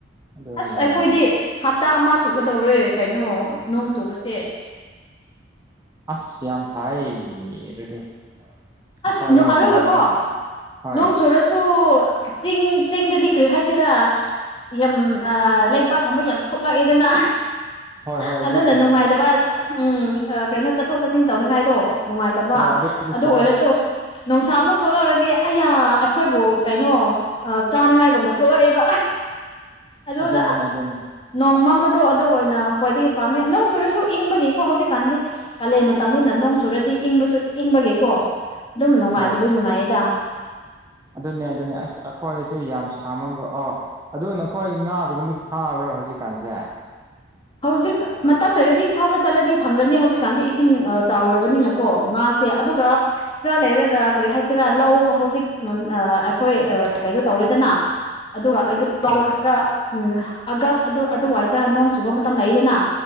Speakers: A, on the right (about 20°); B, on the left (about 30°).
A: ꯑꯗꯨ
B: ꯑꯁ
A: ꯂꯩꯔꯤꯕꯅꯦ
B: ꯑꯩꯈꯣꯏꯗꯤ ꯍꯞꯇꯥ ꯑꯃ ꯁꯨꯒꯗꯧꯔꯦ ꯀꯩꯅꯣ ꯅꯣꯡ ꯆꯨꯕꯁꯦ
A: ꯑꯁ ꯌꯥꯝ ꯐꯩꯑꯦ ꯑꯗꯨꯗꯤ ꯑꯩꯈꯣꯏ
B: ꯑꯁ ꯅ ꯑꯔꯨꯒ
A: ꯅꯣꯡ
B: ꯀꯣ
A: ꯍꯣꯏ
B: ꯅꯣꯡ ꯆꯨꯔꯁꯨ ꯆꯤꯡ ꯆꯤꯡꯗꯗꯤ ꯀꯔꯤ ꯍꯥꯏꯁꯤꯔꯥ ꯌꯥꯝ ꯂꯩꯕꯥꯛꯀꯨꯝꯕ ꯌꯥꯝ ꯊꯣꯛꯂꯛꯑꯦꯗꯅ
A: ꯍꯣꯏ ꯍꯣꯏ
B: ꯑꯗꯨꯅ
A: ꯑꯗꯨ ꯆꯨꯝꯃꯦ
B: ꯅꯨꯡꯉꯥꯏꯇꯕ ꯎꯝ ꯀꯩꯅꯣ ꯆꯠꯊꯣꯛ ꯆꯠꯁꯤꯟ ꯇꯧꯅꯤꯡꯉꯥꯏꯗꯣ ꯅꯨꯡꯉꯥꯏꯇꯕ
A: ꯍꯣꯏ ꯑꯗꯨꯗꯨ
B: ꯑꯗꯨ
A: ꯆꯨꯝꯃꯦ
B: ꯑꯣꯏꯔꯁꯨ ꯅꯨꯡꯁꯥ ꯑꯃꯨꯛ ꯊꯣꯛꯂꯛꯔꯗꯤ ꯑꯩꯌꯥ ꯑꯩꯈꯣꯏꯕꯨ ꯀꯩꯅꯣ ꯆꯥꯅꯤꯡꯉꯥꯏ ꯒꯨꯝꯅ ꯊꯣꯔꯛ ꯑꯦꯕ ꯑꯗꯨꯅ
A: ꯑꯗꯨꯅꯦ
B: ꯑꯁ
A: ꯑꯗꯨꯅꯦ
B: ꯅꯣꯡ ꯃꯝꯕꯗꯣ ꯑꯗꯨ ꯑꯣꯏꯅ ꯈ꯭ꯋꯥꯏꯗꯒꯤ ꯄꯥꯝꯃꯦ ꯅꯣꯡ ꯆꯨꯔꯁꯨ ꯏꯪꯕꯒꯤꯀꯣ ꯍꯧꯖꯤꯛꯀꯥꯟꯗꯤ ꯀꯥꯂꯦꯟ ꯃꯇꯝꯅꯤꯅ ꯅꯣꯡ ꯆꯨꯔꯗꯤ ꯏꯪꯕꯁꯨ ꯏꯪꯕꯒꯤꯀꯣ ꯑꯗꯨꯝ ꯅꯨꯡꯉꯥꯏꯕꯗꯤ
A: ꯍꯣꯏ
B: ꯅꯨꯡꯉꯥꯏꯌꯦꯗ
A: ꯑꯗꯨꯅꯦ ꯑꯗꯨꯅꯦ ꯑꯁ ꯑꯩꯈꯣꯏꯁꯨ ꯌꯥꯝ ꯁꯥꯃꯟꯕ ꯑꯣ ꯑꯗꯨ ꯅꯈꯣꯏ ꯉꯥꯒꯨꯝꯕꯗꯤ ꯐꯥꯕ꯭ꯔꯥ ꯍꯧꯖꯤꯛꯀꯥꯟꯁꯦ
B: ꯍꯧꯖꯤꯛ ꯃꯇꯝ ꯂꯩꯔꯗꯤ ꯐꯥꯕ ꯆꯠꯂꯗꯤ ꯐꯪꯒ꯭ꯔꯅꯤ ꯍꯧꯖꯤꯛꯀꯥꯟꯗꯤ ꯏꯁꯤꯡ ꯆꯥꯎꯔꯕꯅꯤꯅꯀꯣ ꯉꯥ ꯁꯦ ꯑꯗꯨꯒ ꯈꯔ ꯂꯩꯔꯒ ꯀꯔꯤ ꯍꯥꯏꯁꯤꯔꯥ ꯂꯧ ꯍꯧꯖꯤꯛ ꯑꯩꯈꯣꯏ ꯀꯩꯅꯣ ꯇꯧꯔꯤꯗꯅ ꯑꯗꯨꯒ ꯑꯩ ꯈꯔ
A: ꯍꯣꯏ
B: ꯎꯝ ꯑꯥꯒꯁ ꯑꯗꯨ ꯑꯗꯨꯋꯥꯏꯗ ꯅꯣꯡ ꯆꯨꯕ ꯇꯝ ꯂꯩꯗꯅ